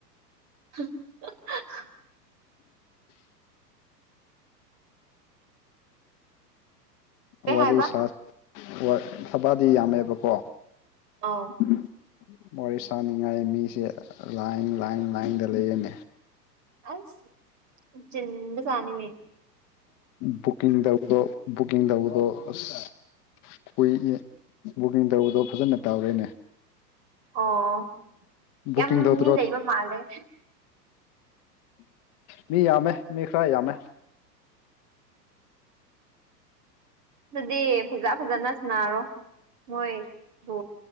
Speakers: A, on the right; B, on the left.
A: <unintelligible> ꯀꯩ
B: ꯋꯥꯔꯤꯦ
A: ꯍꯥꯏꯕ
B: ꯁꯥꯁ ꯍꯣꯏ ꯊꯕꯥꯗꯤ ꯌꯥꯝꯃꯦꯕꯀꯣ
A: ꯑꯣ
B: ꯎꯝ ꯋꯥꯔꯤ ꯁꯅꯤꯡꯉꯥꯏ ꯃꯤꯁꯦ ꯂꯥꯏꯟ ꯂꯥꯏꯟ ꯂꯥꯏꯟꯗ ꯂꯩꯌꯦꯅꯦ
A: ꯑꯁ ꯆꯤꯟꯕꯖꯥꯠꯅꯤꯅꯦ꯫
B: ꯕꯨꯀꯤꯡꯗꯧꯕꯗꫭ ꯕꯨꯀꯤꯡꯗꯧꯕꯗꯣ ꯑꯁ ꯀꯨꯏ ꯑꯦ ꯕꯨꯀꯤꯡ ꯇꯧꯕꯗꯣ ꯐꯖꯅ ꯇꯧꯔꯦꯅꯦ꯫
A: ꯑꯣ
B: ꯕꯨꯛꯀꯤꯡ
A: ꯌꯥꯝ
B: ꯇꯧꯗ꯭ꯔꯣ
A: ꯃꯤ ꯂꯩꯕ ꯃꯥꯜꯂꯦ꯫
B: ꯃꯤ ꯌꯥꯝꯃꯦ ꯃꯤ ꯈꯔ ꯌꯥꯝꯃꯦ꯫
A: ꯑꯗꯨꯗꯤ ꯐꯖ ꯐꯖꯅ ꯁꯟꯅꯔꯣ ꯃꯣꯏꯗꯨ꯫